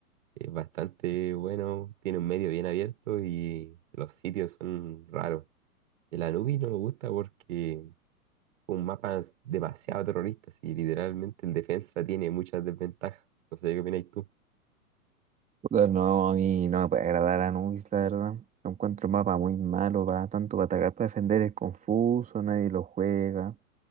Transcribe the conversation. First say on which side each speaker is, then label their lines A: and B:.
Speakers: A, on the right; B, on the right.
A: es bastante bueno, tiene un medio bien abierto y los sitios son raros. El Anubis no me gusta porque es un mapa demasiado terrorista, y literalmente el defensa tiene muchas desventajas. No sé qué opináis tú.
B: Puta, No, a mí no me puede agradar Anubis, la verdad. Lo encuentro un mapa muy malo, va tanto para atacar, para defender, es confuso, nadie lo juega.